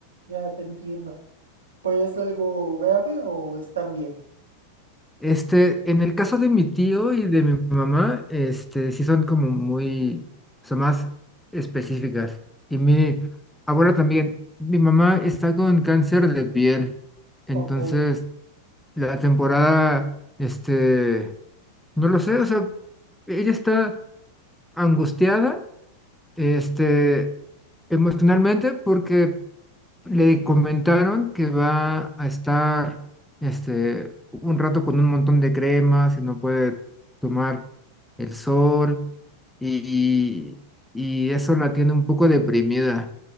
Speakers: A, on the right; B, in the centre.
A: Ya te entiendo. ¿Pues es algo grave o están bien?
B: Este, en el caso de mi tío y de mi mamá, este, sí son como muy, son más específicas. Y mi abuela también, mi mamá está con cáncer de piel, entonces
A: Ok,
B: la temporada, este, no lo sé, o sea, ella está angustiada, este, emocionalmente porque le comentaron que va a estar este, un rato con un montón de cremas y no puede tomar el sol y, y eso la tiene un poco deprimida.